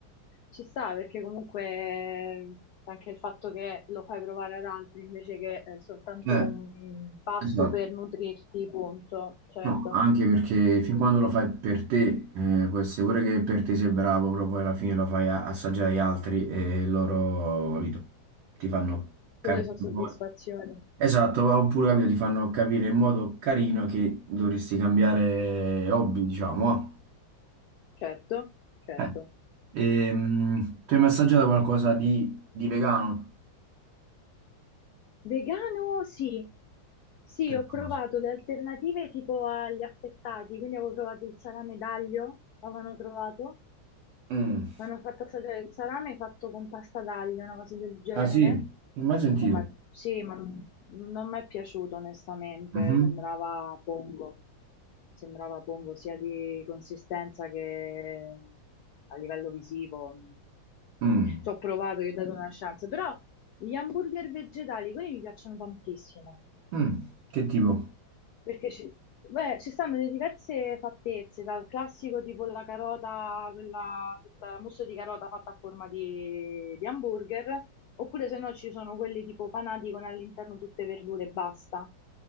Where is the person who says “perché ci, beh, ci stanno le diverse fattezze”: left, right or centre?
Left